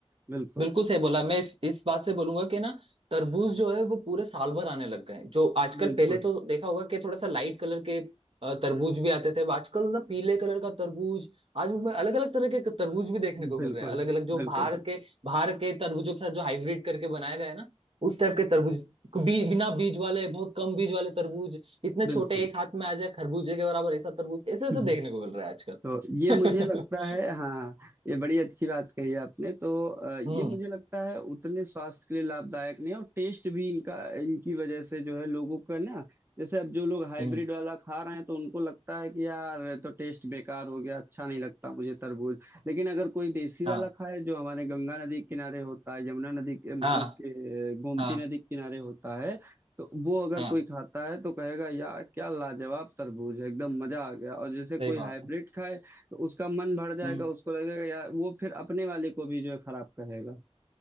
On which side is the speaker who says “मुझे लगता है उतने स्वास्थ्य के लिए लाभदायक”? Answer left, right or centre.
Right